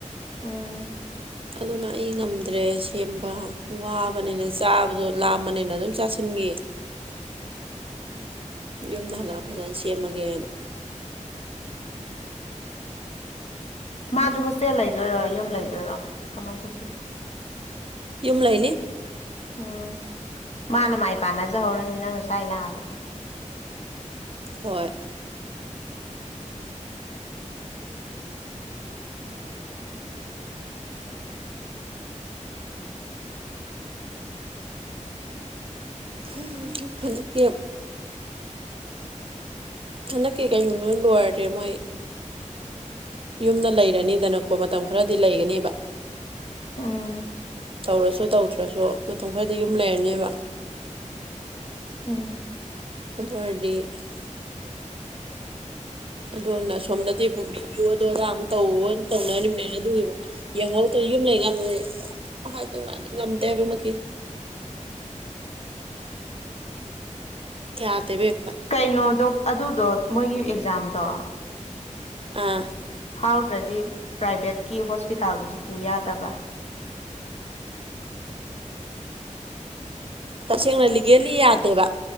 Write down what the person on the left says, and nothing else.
ꯎꯝ
<unintelligible>
ꯃꯥꯁꯨ ꯍꯣꯁꯇꯦꯜ ꯂꯩꯗꯣꯏꯔꯣ ꯌꯨꯝ ꯂꯩꯗꯣꯏꯔꯣ ꯀꯃꯥꯏꯅ ꯇꯧꯗꯣꯏꯅꯣ
ꯎꯝ ꯃꯥꯅ ꯃꯥꯏ ꯄꯥꯟꯅꯖꯍꯧꯔꯅꯤ ꯅꯪꯅ ꯁ꯭ꯋꯥꯏ ꯂꯥꯛꯑꯒ
ꯎꯝ
ꯎꯝ
<unintelligible>
ꯀꯩꯅꯣꯗꯣ ꯑꯗꯨꯗꯣ ꯃꯣꯏꯒꯤ ꯑꯦꯛꯖꯥꯝꯗꯣ
ꯐꯥꯎꯗ꯭ꯔꯗꯤ ꯄ꯭ꯔꯥꯏꯚꯦꯠꯀꯤ ꯍꯣꯁꯄꯤꯇꯥꯜꯗꯁꯨ ꯄꯨ ꯌꯥꯗꯕ꯭ꯔꯥ